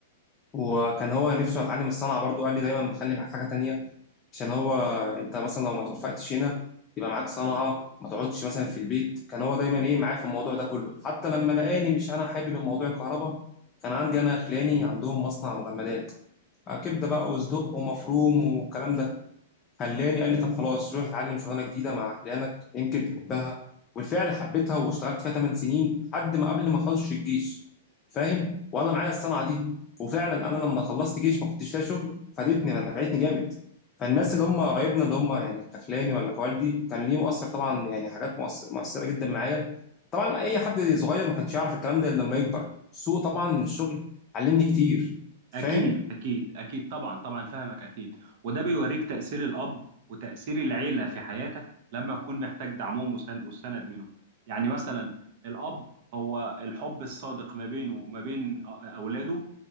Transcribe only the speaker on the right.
أكيد
أكيد أكيد طبعا طبعا فاهمك أكيد وده بيوريك تأثير الأب وتأثير العيلة في حياتك لما تكون محتاج دعمهم وسن- والسند منهم يعني مثلا الأب هو الحب الصادق ما بينه وما بين أ- أولاده